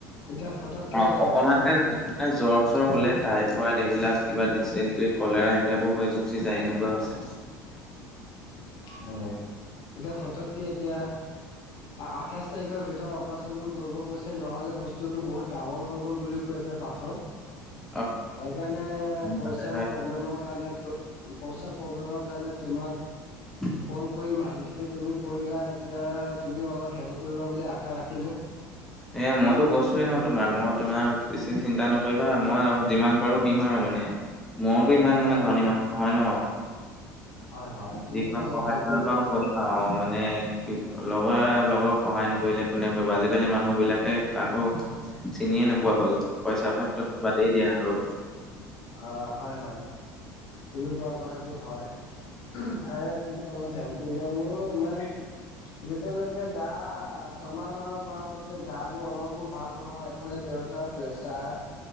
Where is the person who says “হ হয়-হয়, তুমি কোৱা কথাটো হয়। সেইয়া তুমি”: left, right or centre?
Left